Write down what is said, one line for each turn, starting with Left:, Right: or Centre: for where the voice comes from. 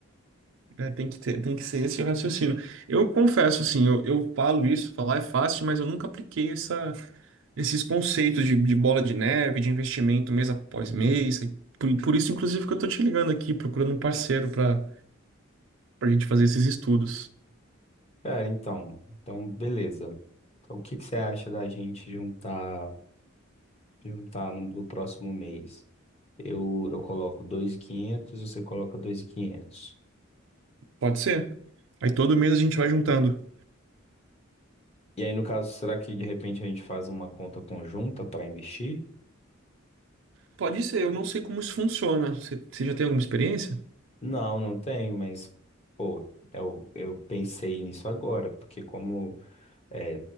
Right: É, tem que ter, tem que ser esse o raciocínio. Eu confesso, assim, eu, eu falo isso, falar é fácil, mas eu nunca apliquei essa, esses conceitos de, de bola de neve, de investimento mês após mês. E Por, por isso, inclusive, que eu tô te ligando aqui, procurando um parceiro para a gente fazer esses estudos.
Left: Cara, então. Então, beleza. Então, o que que você acha da gente juntar, juntar no, no próximo mês? Eu, eu coloco dois mil e quinhentos você coloca dois mil e quinhentos
Right: Pode ser? Aí todo mês a gente vai juntando.
Left: E aí, no caso, será que de repente a gente faz uma conta conjunta para investir?
Right: Pode ser, eu não sei como isso funciona. Você você já tem alguma experiência?
Left: Não, não tenho, mas, pô, eu, eu pensei nisso agora, porque como é,